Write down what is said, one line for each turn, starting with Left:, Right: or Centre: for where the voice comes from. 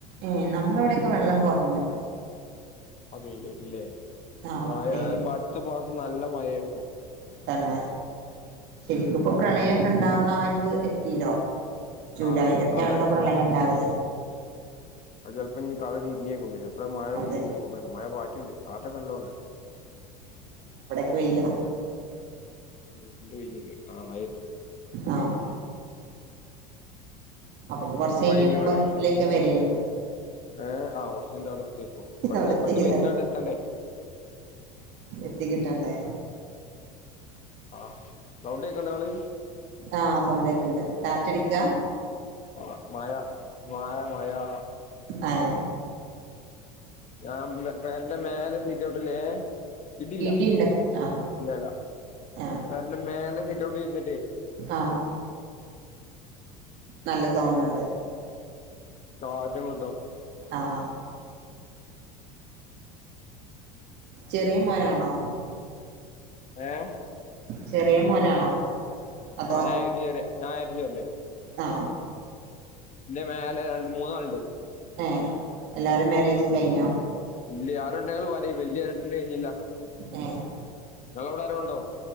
Right: ഏ നമ്മളവിടൊക്കെ വെള്ളം കൊറഞ്ഞു
Left: അതെ കേട്ടില്ലേ
Right: ആഹ്
Left: മഴ
Right: വെയില്
Left: ഇപ്പൊ അടുത്ത മാസം നല്ല മഴയാക്കും
Right: തന്നെ ശരിക്കിപ്പോ പ്രളയൊക്കെ ഇണ്ടാവണ ആ ഒരിത് എത്തിലോ ജൂലായിലെക്കെയാണല്ലോ
Left: ആഹ് അതാണ്
Right: പ്രളയം ഇണ്ടാവല്
Left: അത് ചെലപ്പം ഞ്ഞി തല തിരിഞ്ഞായിരിക്കും വര്വ വടെ മഴ
Right: അത്
Left: പെയ്യണ്ട് തോന്നുണ്ട് മഴ പാറ്റണ്ട് പാറ്റല് നല്ലൊണ്ട്
Right: പോയില്ല
Left: ഇര്ണ്ട് വരണ് ണ്ട് ആ മഴയത്ത്
Right: ആഹ് അപ്പൊ പിന്നെ കൊറച്ച് കഴിഞ്ഞോക്കുമ്പോ
Left: മഴെയ്യും എടക്ക്
Right: ഇതിലൊക്കെ വരേ നു
Left: ഏ ആ കൊറച്ചുകഴിഞ്ഞിട്ടണ്ടേത്തിയേക്കും ഇബ്ട്ന്ന്
Right: അവിടെത്തിയേക്കാരം
Left: ഇബ്ട്ന്ന് വെലുതട്ട്ത്തണ്ടേ
Right: എത്തി കിട്ടണ്ടേ
Left: ആഹ് സൗണ്ട് കേക്കുണ്ടോങ്ങള്
Right: ആഹ് സൗണ്ടേക്കണ്ട് കാറ്റടിക്കാ
Left: ആ മഴ മായ മഴാ
Right: ആതേ
Left: ഞാൻ എന്റെ മേലെ സിടൗറ്റിൽ ഇതില്ല
Right: ഇടിണ്ട ആഹ്
Left: ഇല്ലല
Right: ആഹ്
Left: പെരന്റെ മേലെ ഇവടിരിന്നിട്ടേ
Right: ആഹ് നല്ല സൗണ്ട്ണ്ട്
Left: ആ അതെ കിട്ടും
Right: ആഹ് ചെറിയ മോനാണോ
Left: ഹേ
Right: ചെറിയ മോനാണോ അതോ
Left: ഓനകരുതി ഞാൻ കാർത്തിപറയാ
Right: ആ
Left: ന്റെ മേലെ രണ്ട് മൂന്നാളുണ്ട്
Right: ഏ എല്ലാരും മാരേജും കഴിഞ്ഞോ
Left: ഇല്ല്യ ആരുണ്ടെങ്കിൽപറയിം വല്യേട്ടന്റെ കഴിഞ്ഞില്ല
Right: ഏഹ്
Left: ഇങ്ങളവടെ ആരെണ്ടോ